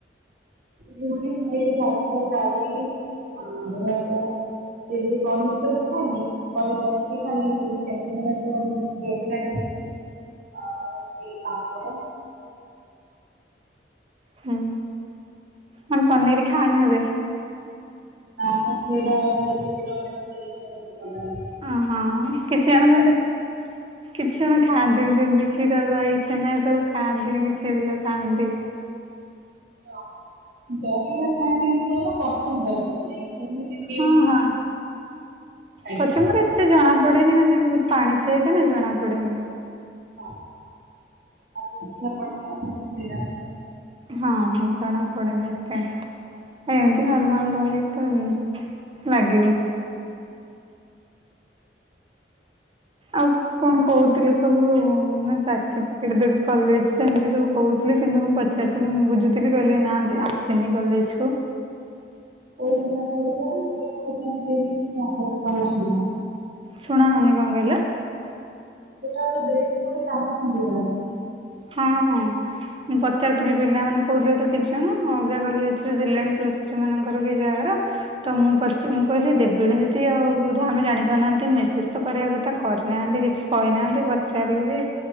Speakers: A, on the right; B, on the right.
A: ମୁଁ ବି ଖାଇଲି ଭାତ ଡାଲି ଆଳୁଭଜା। ଚିଲି ପନିର୍ ତ ମୁଁ ଖାଏନି। ପନିର୍ ବାଛିକି ଖାଲି <unintelligible> ଆଉ ହଉଚି ପାମ୍ପଡ
B: ହୁଁ ମାନେ ପନିରି ଖାଅନି ବୋଧେ?
A: ନାଁ ମୁଁ କ୍ଷୀର ସେ ଯୋଉ କ୍ଷୀର ମିର ସେ ଜିନିଷଗୁଡା ମତେ ଭଲଲାଗେନି।
B: ଅଁ ହଁ କିଛି <inaudible> କିଛି ଜଣ ଖାଆନ୍ତିନି ଯେମିତି କ୍ଷୀର, ଦହି, ଛେନା ଏ ସବୁ ଖାଆନ୍ତିନି କିଛି ପିଲା ଥାଆନ୍ତି।
A: ହଁ ଦହିରା ଖାଏ କେମିତି କହିଲ କଚୁବର ବନେଇଲେ ଯାଇକି। ସେମିତି
B: ହଁ ହଁ କଚୁମ୍ବର
A: <unintelligible>
B: ଏତେ ଜଣା ପଡେନି ମାନେ ବହୁତ ପାଣିଚିଆ ଏତେ ନା ଜଣା ପଡେନି।
A: ହଁ <unintelligible>
B: ହଁ ଜଣା ପଡେନି ଏତେ। ଏମିତି ନର୍ମାଲ୍ ଦହି ତ ଲାଗିବ। ଆଉ କଣ କହୁଥିଲେ ସବୁ ନା ସାର୍ଟିଫିକେଟ୍ ଦେବେ କଲେଜ୍ ରେ ଏମିତି ସବୁ କହୁଥିଲେ କିନ୍ତୁ ମୁ ପ ପଚାରିଥିଲି ମୁଁ ବୁଝୁଥିଲି କହିଲେ ନା ଦେଇ ଆସିନି କଲେଜ୍ କୁ।
A: କଉ <unintelligible>
B: ଶୁଣାହଉନି କଣ କହିଲ?
A: ସେଇଟା ଗୋଟେ ଦେଇ ଦେଲେ ଗୋଟେ କାମଛିଣ୍ଡି ଯାନ୍ତା।
B: ହଁ ହଁ। ମୁଁ ପଚାରୁଥିଲି ପିଲାମାନେ କହୁଥିଲେ ତ କିଛି ଜଣ ଅଲଗା କଲେଜ୍ ରେ ଦେଲେଣି ପ୍ଲସ୍ ଥ୍ରୀ ମାନଙ୍କର କି ଯାହାର? ତ ମୁଁ ପ ମୁଁ କହିଲି ଦେବିଣୀଯଦି? କି ଆଉ ବୋଧେ ଆମେ ଜାଣିପାରୁନାହାନ୍ତି ମେସେଜ୍ ତ କରିବା କଥା କରିନାହାନ୍ତି କିଛି। କହିନାହାନ୍ତି ପଚାରିଲି ଯେ